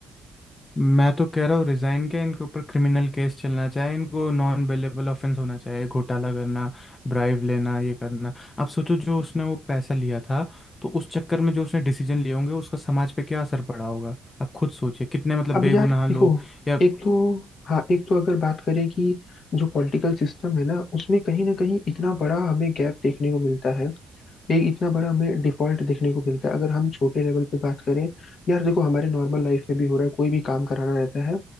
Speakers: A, on the left (about 30°); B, on the left (about 60°).
A: मैं तो कह रहा हूँ रिजाइन के इनके ऊपर क्रिमिनल केस चलना चाहिए इनको नॉन बेलेबल ऑफेंस होना चाहिए घोटाला करना ब्राइब लेना ये करना आप सोचो जो उसने वो पैसा लिया था तो उस चक्कर में जो उसने डिसीजन लिए होंगे उसका समाज पे क्या असर पड़ा होगा आप खुद सोचिए कितने मतलब
B: अब
A: बेगुनाह
B: यार
A: लोग
B: देखो
A: या
B: एक तो हाँ एक तो अगर बात करें कि जो पॉलिटिकल सिस्टम है ना उसमें कहीं ना कहीं इतना बड़ा हमें गैप देखने को मिलता है एक इतना बड़ा हमें डिफॉल्ट देखने को मिलता है अगर हम छोटे लेवल पे बात करें यार देखो हमारे नॉर्मल लाइफ में भी हो रहा है कोई भी काम कराना रहता है